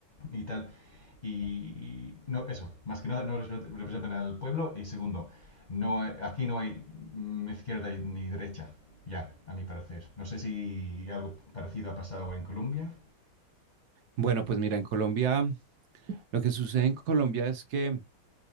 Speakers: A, on the left; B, on the right.
A: y tal. Y no, eso, más que nada no representan al pueblo. Y segundo, no aquí no hay mm, izquierda ni derecha, ya, a mi parecer. No sé si algo parecido ha pasado en Colombia.
B: Bueno, pues mira, en Colombia, lo que sucede en Colombia es que